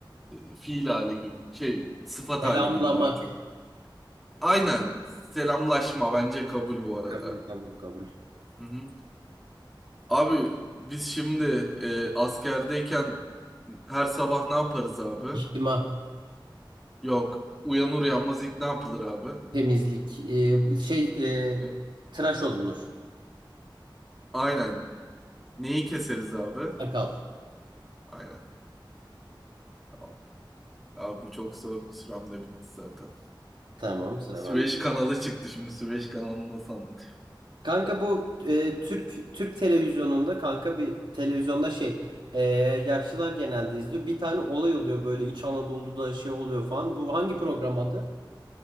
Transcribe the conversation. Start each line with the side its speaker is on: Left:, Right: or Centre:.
Centre: ee, fiil hali gibi, şey sıfat
Right: Selamlamak.
Centre: hali gibi daha çok. Aynen. Selamlaşma bence kabul bu arada.
Right: Kabul, kabul, kabul.
Centre: Hı hı. Abi biz şimdi ee, askerdeyken her sabah ne yaparız abi?
Right: İçtima.
Centre: Yok. Uyanır uyanmaz ilk ne yapılır abi?
Right: Temizlik. Ee, şey e,
Centre: Hı.
Right: tıraş olunur.
Centre: Aynen. Neyi keseriz abi?
Right: Sakal.
Centre: Aynen. Tamam. Abi bu çok zor. Sürem de bitti zaten.
Right: Tamam sıra
Centre: Süveyş
Right: bende.
Centre: kanalı çıktı şimdi. Süveyş kanalına sandık.
Right: Kanka bu e, Türk Türk televizyonunda kanka bir televizyonda şey e, yaşlılar genelde izliyor. Bir tane olay oluyor böyle İç Anadolu'da şey oluyor falan. Bu hangi program adı?